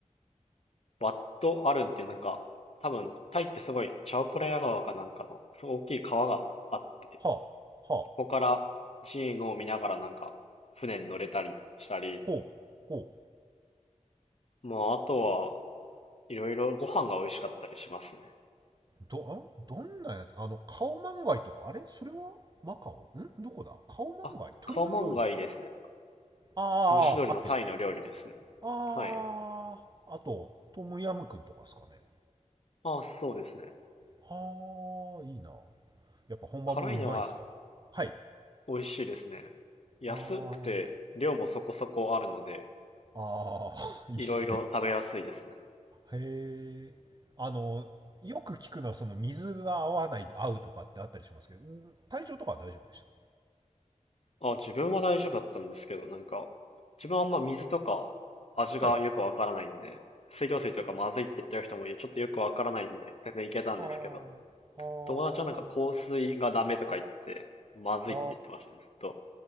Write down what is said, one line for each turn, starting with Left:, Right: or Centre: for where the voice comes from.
Left: ワット・アルンっていうなんか、多分タイってすごいチャオプラヤ川かなんかの、すごい大きい川があって、
Right: はあ、はあ。
Left: そこから寺院を見ながらなんか船に乗れたりしたり、
Right: ほう。ほう。
Left: まああとはいろいろご飯が美味しかったりしますね。
Right: ど、んどんなやつあの、カオマンガイとか、あれそれはマカオんどこだカオマンガイ鳥の料理
Left: あ、カオマンガイですね。
Right: ああ、
Left: 蒸し鶏のタイの料理ですね。
Right: 合ってる。ああ、
Left: はい。
Right: あと、トムヤムくんとかですかね。
Left: あ、そうですね。
Right: はあ、いいな。やっぱ本場もうまいっすかはい。
Left: 辛いのが美味しいですね。安くて量もそこそこあるので、
Right: あああ、<laughs> いいっすね。
Left: いろいろ食べやすいですね。
Right: へえ。あの、よく聞くのはその水が合わない、合うとかってあったりしますけど、体調とかは大丈夫でした。
Left: あ、自分は大丈夫だったんですけど、なんか、自分はあんま水とか味がよくわからないんで、
Right: はい。
Left: 水道水とかまずいって言ってる人もいる、ちょっとよくわからないんで、全然いけたんですけど、
Right: はあ、はあ。
Left: 友達はなんか香水がダメとか言って、まずいって言ってましたね、
Right: あー、
Left: ずっと。